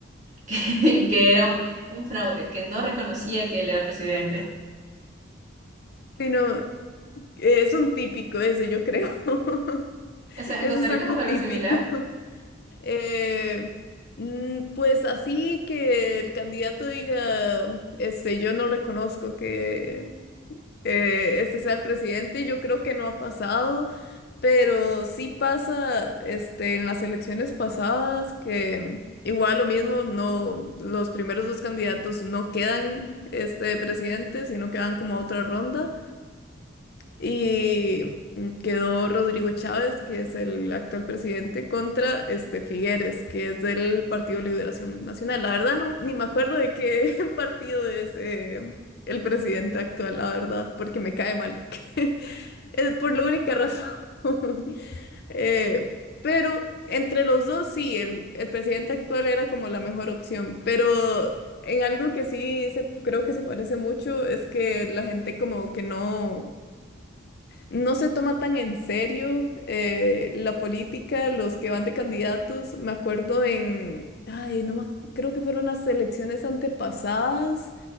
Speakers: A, on the right; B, on the left.
A: que, que era un, un fraude, que no reconocía que él era presidente.
B: sí, no. Es un típico ese, yo creo. <laughs>
A: O sea, en
B: Eso
A: Costa
B: es
A: Rica
B: algo
A: pasó algo
B: típico.
A: similar
B: Eh, mm, pues así que el candidato diga, este, yo no reconozco que eh, este sea el presidente, yo creo que no ha pasado, pero sí pasa, este, en las elecciones pasadas que igual lo mismo, no, los primeros dos candidatos no quedan, este, presidente, sino que van como a otra ronda. Y quedó Rodrigo Chávez, que es el actual presidente, contra este Figueres, que es del Partido Liberación Nacional. La verdad, no, ni me acuerdo de qué <laughs> partido es eh, el presidente actual, la verdad, porque me cae mal. <laughs> Es por la única razón. <laughs> Eh, pero entre los dos, sí, el, el presidente actual era como la mejor opción, pero... En algo que sí se, creo que se parece mucho es que la gente como que no, no se toma tan en serio eh, la política, los que van de candidatos. Me acuerdo en, ay, no más, creo que fueron las elecciones antepasadas,